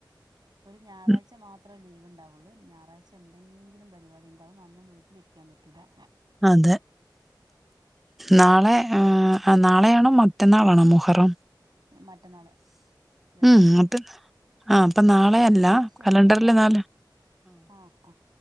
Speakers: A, on the right; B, in the centre.
A: ഒര് ഞായറാഴ്ച
B: ഉം,
A: മാത്രം ലീവ് ഇണ്ടാവൊള്ളു ഞായറാഴ്ച എന്തെങ്കിലും പരിപാടി ഇണ്ടാവും അന്നും വീട്ട്ലിരിക്കാൻ പറ്റുലാ
B: അതെ നാളെ ആഹ് നാളെയാണോ മറ്റന്നാളാണോ മുഹെറം?
A: എഹ് മറ്റന്നാള് വെള്ളിയാഴ്ച
B: ഉം ന്നെട്ട് ആഹ് അപ്പം നാളെയല്ല
A: എന്നാ ശരിട്ടോ
B: കലണ്ടെറിൽ നാളെ
A: ആഹ് ആഹ്